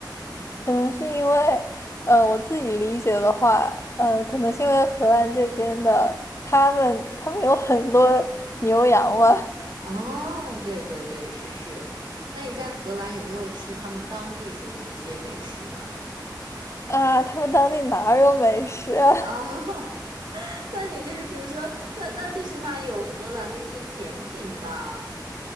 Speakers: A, on the left; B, on the right.
A: 可能是因为，呃，我自己理解的话，呃，可能是因为荷兰这边的他们他们有很多牛羊嘛，
B: 哦，对对对，是是。那你在荷兰有没有吃他们当地什么一些美食呢？
A: <laughs> 啊，他们当地哪儿有美食啊？
B: <laughs> 哦。那你就是比如说，那那最起码有荷兰的一些甜品吧？